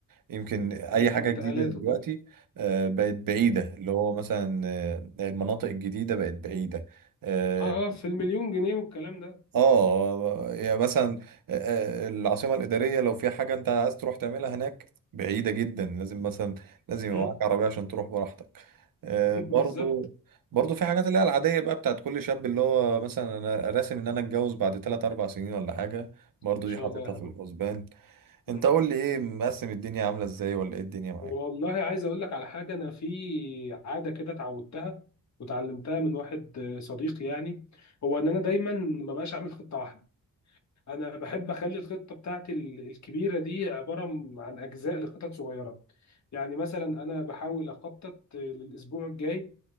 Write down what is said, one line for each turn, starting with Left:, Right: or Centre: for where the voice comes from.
Right: يمكن اي
Left: الانتقالات
Right: حاجة جديدة دلوقتي
Left: وكده
Right: آه، بقت بعيدة اللي هو مثلا آه، المناطق الجديدة بقت بعيدة آه،
Left: اه اه في المليون جنيه والكلام ده
Right: اه يعني مثلا آه، آه، العاصمة الإدارية لو في حاجة أنت عايز تروح تعملها هناك بعيدة جدا لازم مثلا لازم يبقى
Left: مم.
Right: معاك عربية عشان تروح براحتك آه،
Left: <laughs>
Right: برضو
Left: بالظبط
Right: برضو في حاجات اللي هي العادية بقى بتاعت كل شاب اللي هو مثلا أنا راسم إن أنا أتجوز بعد 3 4 سنين ولا حاجة برضو
Left: ان شاء
Right: دي حاططها
Left: الله يا حبيبي
Right: في الحسبان
Left: مم.
Right: أنت قول لي إيه مقسم الدنيا عاملة إزاي ولا إيه الدنيا معاك
Left: والله عايز اقول لك على حاجه انا في عاده كده اتعودتها وتعلمتها من واحد آه، صديقي يعني هو ان انا دايما ما بقاش اعمل خطه واحده انا بحب اخلي الخطه بتاعتي ال- الكبيره دي عباره م- عن اجزاء لخطط صغيره يعني مثلا انا بحاول اخطط آه، للاسبوع الجاي